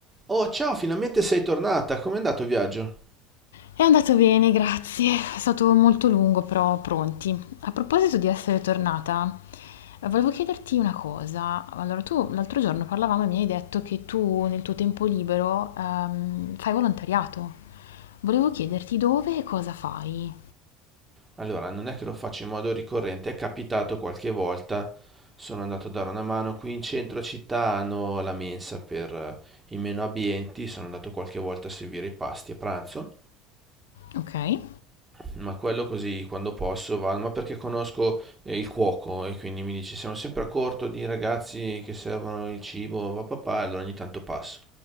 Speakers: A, on the right; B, on the left.
A: Oh, ciao, finalmente sei tornata. Com'è andato il viaggio?
B: È andato bene, grazie. È stato molto lungo, però pronti. A proposito di essere tornata, eh, volevo chiederti una cosa. Allora, tu l'altro giorno parlavamo e mi hai detto che tu nel tuo tempo libero ehm, fai volontariato. Volevo chiederti dove e cosa fai.
A: Allora, non è che lo faccio in modo ricorrente, è capitato qualche volta. Sono andato a dare una mano qui in centro città, hanno la mensa per eh, i meno abbienti, sono andato qualche volta a servire i pasti a pranzo,
B: Ok.
A: ma quello così quando posso vado, ma perché conosco eh, il cuoco e quindi mi dice siamo sempre a corto di ragazzi che servono il cibo, va papà, allora ogni tanto passo.